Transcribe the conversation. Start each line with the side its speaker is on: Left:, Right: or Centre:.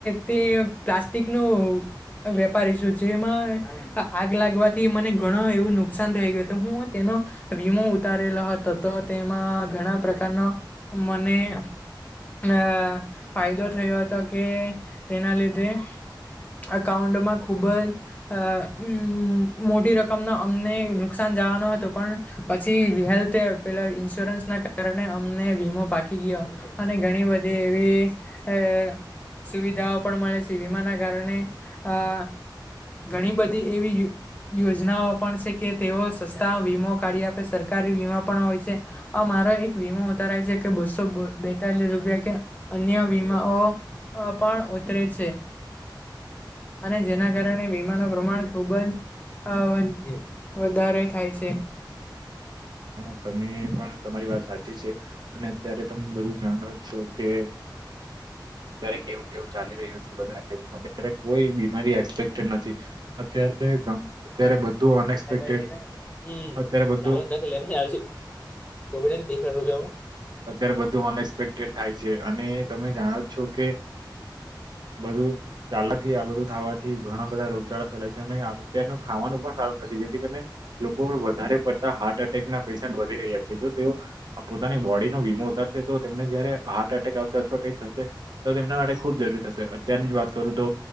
Left: તે પ્લાસ્ટિક નું વેપારી છું જેમાં આગ લાગવાથી મને ઘણું એવું નુકસાન થઈ ગયું તો હું તેન નો વીમો ઉતારેલો હતો તો તેમાં ઘણા પ્રકારનો મને અહ ફાયદો થયો હતો કે તેના લીધે અકાઉન્ટમાં ખુબ જ અહ અમ્મ મોટી રકમ નો અમને નુકસાન જા નો હતો પછી હેલ્થ પેલા ઇન્સ્યોરન્સ ના કાર અમને વીમો પાકી ગયો અને ઘણી બધી એવી અ સુવિધાઓ પણ મળે છે વીમાના કારણે આ ઘણી બધી એવી યોજનાઓ પણ છે કે તેઓ સસ્તા વીમો કાઢી આપે સરકારી વીમા પણ હોય છે અમા મારો એક વીમો ઉતારય છે કે બસો બો બેતાલીસ રૂપિયા કે અન્ય વીમાઓ અ પણ ઉતરે છે અને જેના કારણે વીમાનું પ્રમાણ ખુબ જ અ વધારે થાય છે
Right: હા તમે પણ તમારી વાત સાચી છે અને અત્યારે તમે બધું જાણો જ છો કે અત્યારે કેવું કેવું ચાલી રહ્યું છે બધાએ અત્યારે કોઈ બીમારી એક્સપેક્ટડ નથી અત્યારે અત્યારે ગમે ત્યારે બધું
Left: <unintelligible>
Right: અનએક્સપેક્ટેડ અત્યારે બધું
Left: <unintelligible>
Right: અત્યારે બધું અનએક્સપેક્ટેડ થાય છે અને તમે જાણો જ છો કે બધું ચાલાકથી આ બધું થવાથી ઘણા બધા રોગચાળા ફેલાય છે અને અત્યારનું ખાવાનું પણ સારું નથી જેથી કરીને લોકો વધારે કરતા હાર્ટ એટેકના પેશન્ટ વધી રહ્યા છે જો તેઓ પોતાની બોડી નો વીમો ઉતારશે તો તેમનેજયારે હાર્ટ એટેક આવશે અથવા કઈ થશે તો તેમના માટે ખુબ જરૂરી થશે અત્યાર ની વાત કરું તો